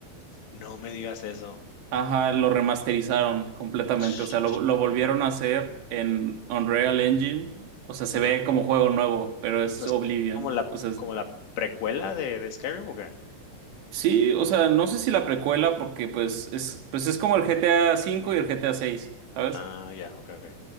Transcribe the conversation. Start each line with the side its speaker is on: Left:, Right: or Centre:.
Left: No me digas eso.
Right: Ajá, lo remasterizaron completamente,
Left: Ch-
Right: o sea, lo, lo volvieron a hacer en Unreal Engine. O sea, se
Left: Ajá.
Right: ve como juego nuevo, pero es
Left: O sea,
Right: Oblivion.
Left: ¿es como la
Right: O sea,
Left: como la precuela de de Skyrim o qué?
Right: sí, o sea, no sé si la precuela porque pues es pues es como el GTA cinco y el GTA seis, ¿sabes?
Left: Ah, ya, okey, okey.